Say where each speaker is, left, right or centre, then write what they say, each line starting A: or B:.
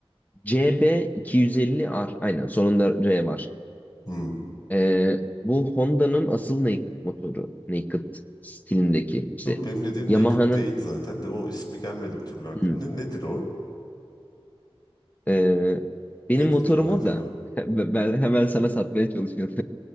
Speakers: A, on the left; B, on the left.
A: CB250R. Aynen. Sonunda R var.
B: Hmm.
A: Ee, bu Honda'nın asıl Naked motoru. Naked stilindeki. İşte
B: Yok benim dediğim
A: Yamaha'nın
B: Naked değil zaten de o ismi gelmedi bir türlü aklımda.
A: Hmm.
B: Nedir o?
A: Ee, benim
B: Nedir
A: motorum
B: ki o acaba?
A: o da. <laughs> Ben hemen sana satmaya çalışıyorum.